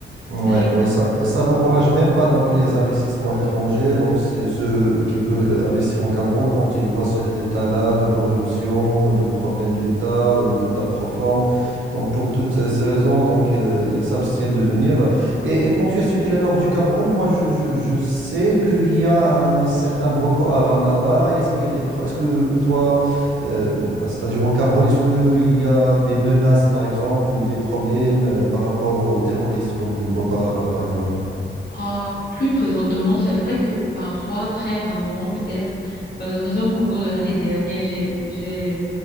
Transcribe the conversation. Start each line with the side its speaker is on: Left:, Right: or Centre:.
Right: Ouais,
Left: c'est terrible.
Right: ouais, ça, et ça n'encourage même pas donc les investissements étrangers, donc c'est ceux qui veulent euh, investir en Cameroun quand ils voient cet état-là de corruption, euh, de problèmes d'État, euh, d'État profond. Donc pour toutes euh, ces raisons, donc euh, ils s'abstiennent de venir. Et, et quand
Left: Ouais.
Right: tu as cité le nord du Cameroun, moi je, je, je sais qu'il y a un certain Boko Haram là-bas. Est-ce qu'il y a des, pro- est-ce que toi euh, Ouais, C'est-à-dire au Cameroun, est-ce qu'il y a des menaces, par exemple, ou des problèmes euh, par rapport aux terroristes comme le Boko Haram, par exemple?
Left: Ah, plus présentement, c'est vrai que parfois, très rarement peut-être, euh, par exemple au cours de l'année dernière, j'ai, j'ai,